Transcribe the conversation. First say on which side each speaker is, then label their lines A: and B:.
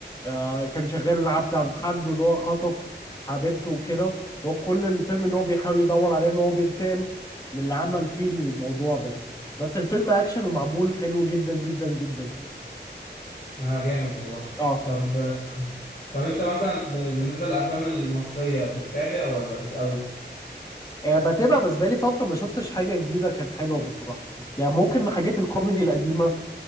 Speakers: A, on the left; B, on the left.
A: آه كان شغال العبد عند حد واللي هو خطف حبيبته وكده هو كل الفيلم ان هو بيحاول يدور عليه ان هو بينتقم من اللي عمل فيه الموضوع ده بس الفيلم اكشن ومعمول حلو جدا جدا جدا
B: اه جامد والله
A: اه
B: طب آه، طب انت مثلا ب- بالنسبه للافلام المصريه بتتابع ولا مش قوي
A: آه، بتابع بس بقالي فترة ما شفتش حاجة جديدة كان حلوة بصراحة يعني ممكن حاجات الكوميدي القديمة